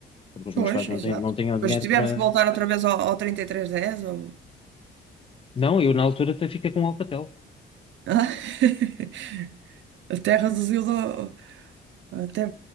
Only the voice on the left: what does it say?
porque os meus
pais não,
têm, não tinham
dinheiro
para...
Não, eu na altura até fiquei com um Alcatel.